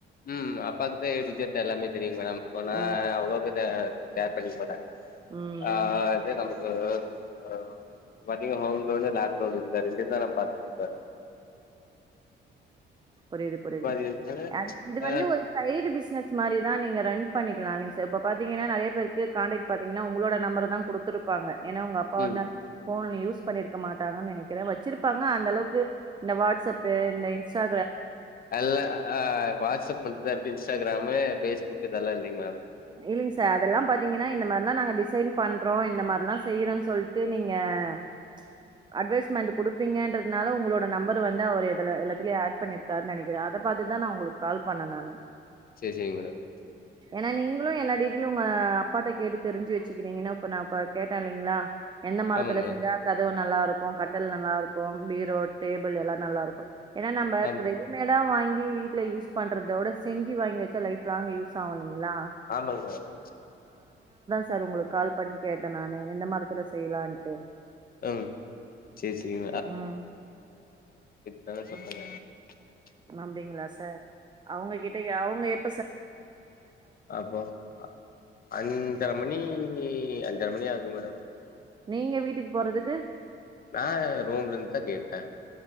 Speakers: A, on the left; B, on the right.
A: ம் அப்பாக்குதே எ டூ ஜெட் எல்லாமே தெரியுங் மேடம் ஒர் நா
B: ம்
A: அவ்ளோ பேத்த கேர் பண்ணிர்க்மாட்டாக
B: ம்
A: ஆ
B: ம்
A: அதே நம் ஆ ஆ <unintelligible> ஹோம் லோனு லேப் லோனு இந்த ரெண்டுதா நா பாத்தே இப்ப
B: புரிது புரிது
A: இருந்துச்சுனா
B: ஆ இது வந்து
A: ஆ
B: ஒரு சைட்டு பிஸ் னஸ் மாரிதா நீங்க ரன் பண்ணிக்கலாலீங் சார் இப்ப பாத்தீங்கனா நெறைய பேருக்கு காண்டாக்ட் பாத்தீங்கனா உங்களோட நம்பரதா குடுத்திருப்பாங்க ஏனா உங்க அப்பா
A: ம்
B: வந்தா ஃபோன்ல யூஸ் பண்ணிருக்க மாட்டாங்கன் நெனைக்கிறே வச்சிருப்பாங்க அந்த அளவுக்கு இந்த வாட்ஸ்அப்பு இந்த இன்ஸ்டா
A: எல்லா அ ஆ வாட்ஸ்அப் மட்டுதான் இருக்கு இன்ஸ்டாகிராம் மே ஃபேஸ்புக் இதெல்லா இல்லிங் மேடம்
B: இல்லிங் சார் அதெல்லா பாத்தீங்கனா இந்த மார்லா நாங்க டிசைன் பண்றோ இந்த மார்லா செய்றோன் சொல்ட்டு நீங்க ச்ச அட்வைஸ்மெண்ட் குடுப்பீங்கன்றதுனால உங்குளோட நம்பர் வந்து அவர் எதுல எல்லாத்திலயு ஆட் பண்ணிர்க்கார்னு நெனைக்கிறே அத பாத்துதா நா உங்குளுக்கு கால் பண்ண நானு
A: செரி செரிங்க மேடம்
B: ஏனா நீங் ஃபுல்லு எல்லா டீடெயிலு உங்க அப்பாட்ட கேட்டு தெரிஞ்சு வெச்சுக்கினீங்கனா ப நா இப்ப கேட்டே இல்லிங்ளா என்ன மரத்துல
A: ஆமாங்க மேடம்
B: செஞ்சா கதவு நல்லா இருக்கோ கட்டல் நல்லா இருக்கோ பீரோ டேபிள் எல்லா நல்லா இருக்கோ ஏனா நம்பக்கு
A: ஆம்
B: ரெடிமேடா வாங்கி லி வீட்ல யூஸ் பண்றதோட செஞ்சி வாங்கி வெச்சா லைஃப் லாங்க் யூஸ் ஆவு இல்லிங்ளா
A: ஆமாங்க மேடம்
B: சார் உங்குளுக்கு கால் பண்ணி கேட்டே நானு எந்த மரத்துல செய்லான்ட்டு
A: ம் சேரி சேரிங்க
B: ம்
A: வேணா சொல்ட்டங்க ச்ச
B: னா அப்டிங்ளா சார் அவுங்க கிட்டய அவுங்க எப்
A: அப்பா ஆ அஞ்சர மணி ணி அஞ்சர மணி ஆகுக மேடம்
B: நீங்க வீட்டுக்கு போறதுக்கு
A: நா ரூம்லந்துதா கேப்பே